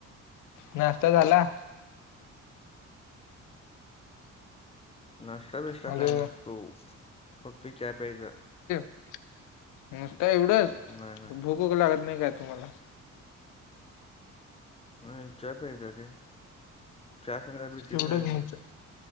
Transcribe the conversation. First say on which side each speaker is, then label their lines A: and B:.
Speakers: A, on the left; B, on the left.
A: नाश्ता झाला?
B: नाष्टा बिष्टा
A: हॅलो
B: काय नसतो फक्त चहा प्यायचा.
A: नुसत एवढंच
B: नाही नाही
A: भूकूक लागत नाही काय तुम्हाला?
B: होय चा प्यायचा रे. चहा सगट जरा बिस्कीट
A: तेवढंच
B: खायच
A: मी चा-